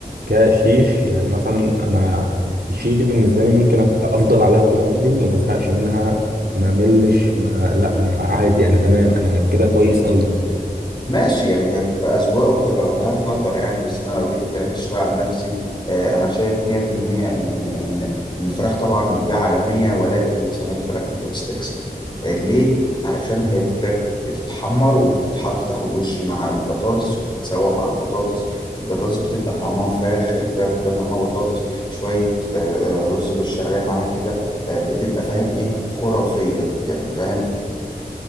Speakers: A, on the right (about 80°); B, on the left (about 30°).
A: كشيش يعني مثلا انا الشيش دي بالنسبه لي ممكن أبقى افضل عليها طول عمري وما ازهقش منها ما ملش ما لا انا عادي انا تمام انا كده كويس قوي
B: ماشي يعني هي بتبقى أذواق وبتبقى وجهات نظر يعني بس أنا لو جيت اتكلمت شوية عن نفسي آه، أنا شايف 100% إن إن إن الفراخ طبعا دي عالمية ولكن صينية الفراخ بطاطس تكسب آه، ليه؟ علشان هي فراخ بتتحمر وبتتحط تاخد وش مع البطاطس وبتتسوى مع البطاطس البطاطس بتبقى طعمها فراخ الفراخ بتبقى طعمها بطاطس شوية آه، آه، رز بالشعرية معاها كده آه، بتبقى فاهم إيه خرافية يعني فاهم